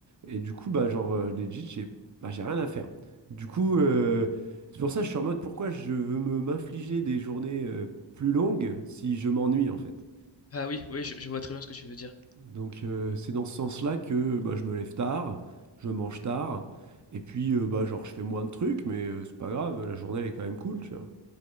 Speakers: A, on the right (about 40°); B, on the left (about 35°).
A: Et du coup, bah, genre, euh, legit, j'ai bah, j'ai rien à faire. Du coup, euh, c'est pour ça que je suis en mode, pourquoi je veux me m'infliger des journées euh, plus longues si je m'ennuie, en fait?
B: Ah oui, oui, je, je vois très bien ce que tu veux dire.
A: Donc euh, c'est dans ce sens-là que bah, je me lève tard, je mange tard, et puis euh, bah, genre je fais moins de trucs, mais euh, c'est pas grave, la journée elle est quand même cool, tu vois.